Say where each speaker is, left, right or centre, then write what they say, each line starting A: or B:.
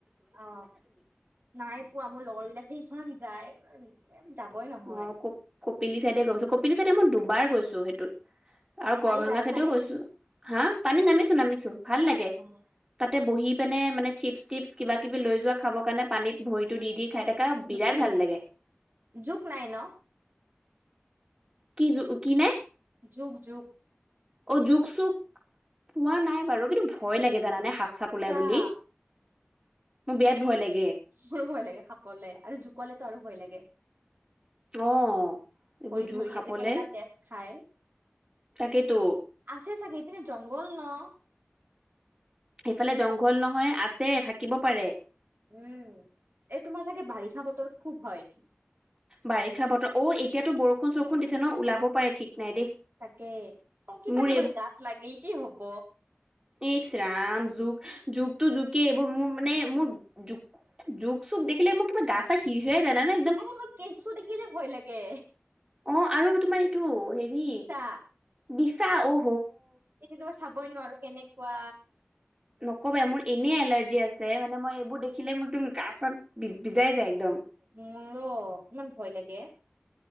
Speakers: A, on the right; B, on the right.
A: অ, নাই পোৱা মোৰ লগৰ বিলাকে সিখন যায়। যাবই নহয়
B: অ, কপিলি চাইডে গৈছো কপিলি চাইডে মই দুবাৰ গৈছো সেইটোত আৰু গড়
A: পানীত
B: ভাঙা
A: নামিছানে
B: চাইডেও গৈছো হা পানীত নামিছো, নামিছো ভাল লাগে
A: অ
B: তাতে বহি পিনে মানে চিপছ, টিপছ কিবা, কিবি লৈ যোৱা খাবৰ কাৰণে পানীত ভৰিতো দি, দি খাই থাকা
A: উম
B: বিৰাট
A: উম
B: ভাল লাগে।
A: জোক নাই ন
B: কি, কি নাই।
A: যুক, যুক
B: অ, জুক, চুক পোৱা নাই বাৰু কিন্তু ভয় লাগে জানানে। সাপ, চাপ
A: সঁচা
B: ওলাই বুলি মোৰ বিৰাট ভয় লাগে।
A: মোৰ ভয় লাগে সাপলে আৰু জুকলেতো আৰু ভয় লাগে।
B: অ এইবোৰ
A: ভৰিত
B: জোক
A: ধৰিলে
B: সাপলে
A: যে কেনেকা তেজ খায়।
B: তাকেইতো
A: আছে চাগে ইপিনে জংঘল ন।
B: সেইফালে জংঘল নহয় আছে থাকিব পাৰে।
A: উম, এই তোমাৰ চাগে বাৰিষা বতৰত খুব ভয়।
B: বাৰিষা বতৰ অ, এতিয়াতো বৰষুণ, চৰষুণ দিছে ন ওলাব পাৰে ঠিক নাই দেই
A: তাকে তো কিবাকে
B: মোৰ
A: বোলে গাত লাগিল কি হ'ব।
B: ইছ ৰাম জুক টু জুকেই এইবোৰ মোৰ মানে মোৰ জুক, চুক দেখিলে মোক কিবা গা, চা হিৰ, হিৰাই যায় জানানে।
A: আৰে মোৰ কেঁচু দেখিলে ভয় লাগে।
B: অ, আৰু তোমাৰ এইটো হেৰি
A: বিছা
B: বিচা ও
A: এতিয়া টো মই চাবই নোৱাৰো কেনেকুৱা
B: নকবা মোৰ এনেই এলাৰ্জি আছে মানে মই এইবোৰ দেখিলে মোৰ টো গা চা ভিজ ভিজাই যায় একদম
A: মোৰো অকমান ভয় লাগে।